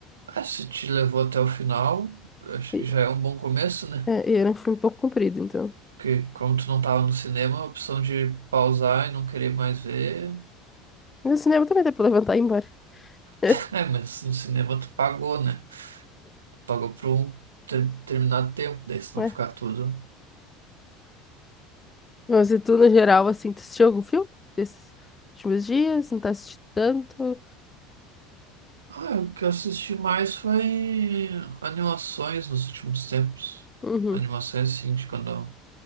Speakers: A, on the right (about 70°); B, on the left (about 15°).
A: Ah, É, se te levou até o final, acho
B: E,
A: que já é um bom começo, né?
B: é, e era um filme um pouco comprido, então.
A: Porque como tu não tava no cinema, a opção de pausar e não querer mais ver.
B: No cinema também dá pra levantar e ir embora. <laughs>
A: <laughs> É, mas no cinema tu pagou, né? pagou por um ter- determinado tempo, daí se
B: né?
A: não ficar tudo.
B: Mas e tu, no geral, assim, tu assistiu algum filme desses últimos dias? Não tá assistindo tanto?
A: Ah, o que eu assisti mais foi animações nos últimos tempos.
B: Uhum.
A: Animações assim de quando,